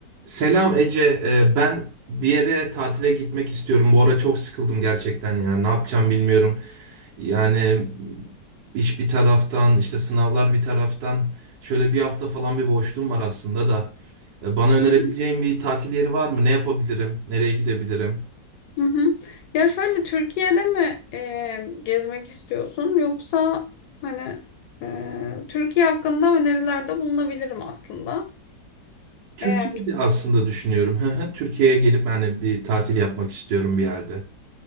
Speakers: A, on the right (about 80°); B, on the left (about 70°).
A: Selam Ece, Ee, ben bir yere tatile gitmek istiyorum. Bu ara çok sıkıldım gerçekten ya. Ne yapacağım bilmiyorum. Yani iş bir taraftan, işte sınavlar bir taraftan. Şöyle bir hafta falan bir boşluğum var aslında da. Ee, Bana önerebileceğin
B: Hı hı.
A: bir tatil yeri var mı? Ne yapabilirim? Nereye gidebilirim?
B: Hı hı. Ya şöyle Türkiye'de mi e, gezmek istiyorsun yoksa hani e, Türkiye hakkında önerilerde bulunabilirim aslında.
A: Türkiye'de
B: Eğer çok
A: aslında düşünüyorum. <laughs> Hı hı, Türkiye'ye gelip hani bir tatil yapmak istiyorum bir yerde.